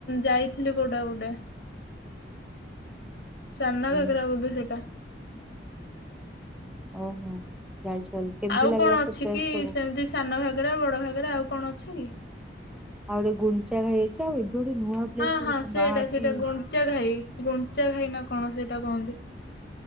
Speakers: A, on the left; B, in the centre.
A: ଯାଇଥିଲି କୋଉଟା ଗୋଟେ। ସାନ
B: ହୁଁ।
A: ଘାଗେରା ବୋଧେ ସେଟା।
B: ଓହୋ ଯାଇଛ ତାହେଲେ କେମିତି
A: ଆଉ
B: ଲାଗିଲା
A: କଣ ଅଛି
B: ସେ ପ୍ଲେସ
A: କି
B: ସବୁ?
A: ସେମିତି ସାନ ଘାଗେରା ବଡ ଘାଗେରା ଆଉ କଣ ଅଛି କି?
B: ଆଉ ଗୋଟେ ଗୁଞ୍ଚା ହେଇଛି ଆଉ ଏବେ ଗୋଟେ ନୂଆ ପ୍ଲେସ
A: ହଁ ହଁ
B: ଗୋଟେ କଣ
A: ସେଟା
B: ବାହାରିଛି
A: ସେଟା ଗୁନଞ୍ଚା ଘାଇ ଗୁନଞ୍ଚା ଘାଇ ନା କଣ ସେଇଟା କହନ୍ତି?